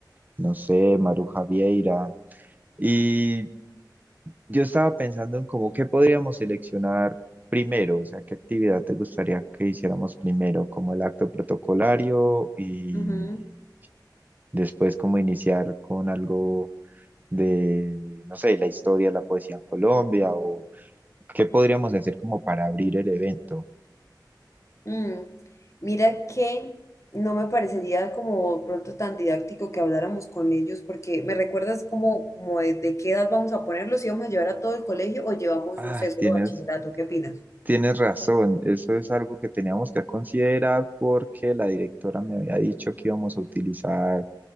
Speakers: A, on the right; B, on the left.
A: no sé, Maruja Vieira. Y yo estaba pensando en cómo qué podríamos seleccionar primero, o sea, qué actividad te gustaría que hiciéramos primero, como el acto protocolario y
B: ujú.
A: después como iniciar con algo de, no sé, la historia de la poesía en Colombia o qué podríamos hacer como para abrir el evento.
B: Mm, Mira que no me parecería como pronto tan didáctico que habláramos con ellos, porque me recuerdas como, como de, de qué edad vamos a ponerlos, si vamos a llevar a todo el colegio o llevamos,
A: Ah,
B: no sé, solo
A: tienes,
B: bachillerato, ¿qué opinas?
A: tienes razón, eso es algo que teníamos que considerar porque la directora me había dicho que íbamos a utilizar